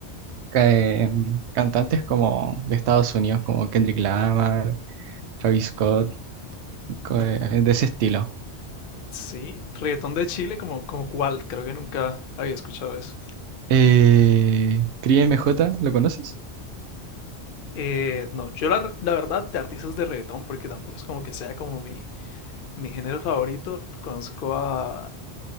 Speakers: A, on the right (about 75°); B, on the left (about 60°).
A: ca- eh, mm, cantantes como de Estados Unidos, como Kendrick Lamar, Travis Scott, co- eh, de ese estilo.
B: Sí, reggaetón de Chile, como, como cuál, creo que nunca había escuchado eso.
A: Eh, Cris MJ, ¿lo conoces?
B: Eh, no, yo la, la verdad de artistas de reggaetón, porque tampoco es como que sea como mi, mi género favorito, conozco a,